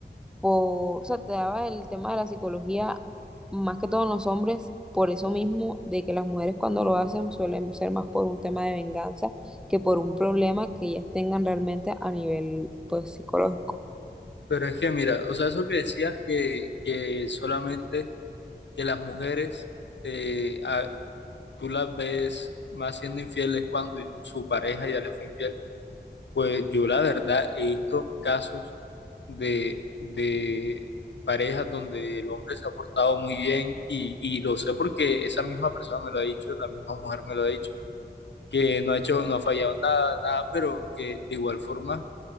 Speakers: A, in the centre; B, on the left.
A: por, o sea, te daba el tema de la psicología, más que todo en los hombres, por eso mismo, de que las mujeres cuando lo hacen suelen ser más por un tema de venganza que por un problema que ellas tengan realmente a nivel, pues, psicológico.
B: Pero es que mira, o sea, eso que decías que, que solamente que las mujeres... eh, a- tú las ves más siendo infieles cuando su pareja ya le fue infiel. Pues yo la verdad he visto casos de, de parejas donde el hombre se ha portado muy bien y, y lo sé porque esa misma persona me lo ha dicho, la misma mujer me lo ha dicho, que no ha hecho, no ha fallado nada, nada, pero que de igual forma